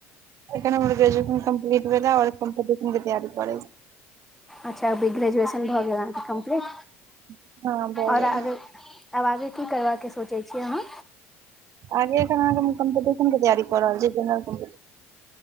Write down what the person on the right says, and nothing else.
अखन हमर ग्रेजुएशन कम्प्लीट भेला ओर कॉम्पिटिशन के तैयारी करै छी
छी हँ भऽ
गेल
आगे आंहा के हम कम्पिटिशन के तैयारी क रहल छी जेनरल कम्पिटिशन